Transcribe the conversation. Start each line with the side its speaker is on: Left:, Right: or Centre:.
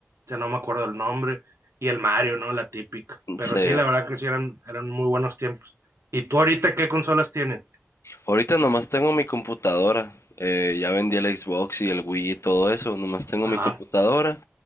Right: ya no me acuerdo el nombre, y el Mario, ¿no? La típica. Pero
Left: Sí.
Right: sí, la verdad que sí eran, eran muy buenos tiempos. ¿Y tú ahorita qué consolas tienes?
Left: Ahorita nomás tengo mi computadora. Eh, ya vendí el Xbox y el Wii y todo eso. Nomás tengo
Right: Ajá,
Left: mi computadora.